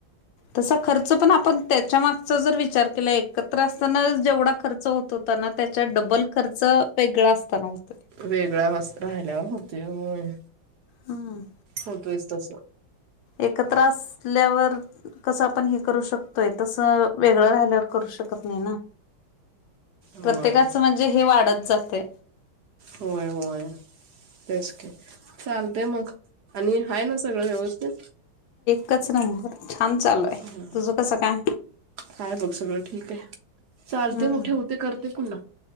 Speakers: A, on the left (about 70°); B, on the right (about 60°).
A: तसा खर्च पण आपण त्याच्या मागचा जर विचार केला एकत्र असताना जेवढा खर्च होत होता ना त्याच्यात डबल खर्च वेगळा असताना होतोय.
B: वेगळ्यावस् राहिल्याव होतेय होय.
A: हम्
B: होतोयस तसं.
A: एकत्र असल्यावर कसं आपण हे करू शकतोय तसं वेगळं राहिल्यावर करू शकत नाही ना.
B: होय,
A: प्रत्येकाचं म्हणजे हे वाढत जातय.
B: होय-होय तेच की. चालतंय मग. आणि, हाय ना सगळं व्यवस्थित?
A: कच नंबर छान चालू आहे
B: हम्,
A: तुझं कसं काय?
B: हाय बघ सगळं ठीक हे. चालते
A: हम्म.
B: मग ठेवते करते पुन्हा.